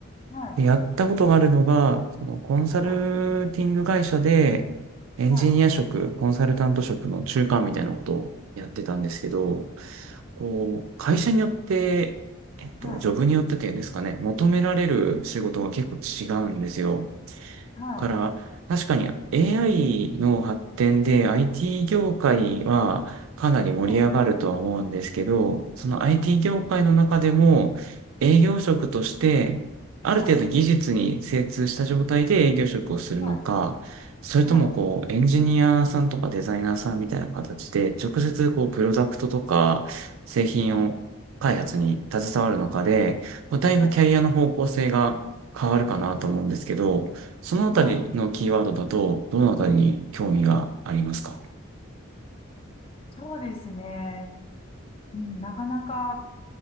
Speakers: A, on the left; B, on the right.
A: はい、
B: で、やったことがあるのが、そのコンサルティング会社で、
A: はい、
B: エンジニア職、
A: はい、
B: コンサルタント職の中間みたいなことをやってたんですけど、こう、会社によって、えっと、
A: はい、
B: ジョブによってっていうんですかね、求められる仕事が結構違うんですよ。
A: はい、
B: から、確かに AI の発展で IT 業界はかなり盛り上がるとは思うんですけど、
A: はい、
B: その IT 業界の中でも営業職としてある程度技術に精通した状態で営業職をするのか、
A: はい、はい、はい、
B: それともこうエンジニアさんとかデザイナーさんみたいな形で直接こうプロダクトとか製品を開発に携わるのかで、
A: はい、はい、
B: こうだいぶキャリアの方向性が変わるかなと思うんですけど、
A: はい、
B: そのあたりのキーワードだと、
A: はい、
B: どのあたりに興味がありますか
A: そうですね。うん、なかなか、